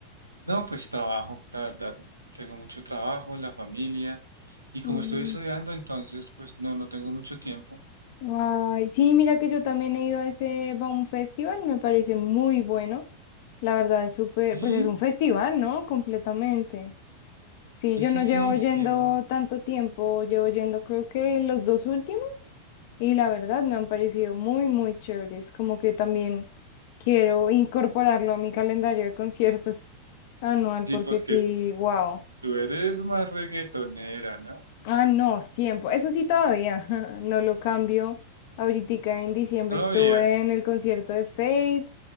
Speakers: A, on the right (about 80°); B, on the left (about 50°).
A: No, pues trabajo, la verdad, tengo mucho trabajo, la familia, y como
B: Mm.
A: estoy estudiando, entonces, pues no, no tengo mucho tiempo.
B: Ay, sí, mira que yo también he ido a ese Baum Festival, me parece muy bueno. La verdad es súper,
A: Sí,
B: pues es un festival, ¿no? Completamente. Sí,
A: sí,
B: yo
A: sí,
B: no
A: sí,
B: llevo yendo
A: sí, oh,
B: tanto tiempo, llevo yendo creo que los dos últimos y la verdad me han parecido muy, muy chéveres, como que también quiero incorporarlo a mi calendario de conciertos anual
A: sí,
B: porque
A: porque
B: sí, wow.
A: tú eres más reggaetonera, ¿no?
B: Ah, no, siempre. Eso sí todavía, <laughs> no lo cambio. Ahorita en diciembre
A: Todavía,
B: estuve en el concierto de Fate,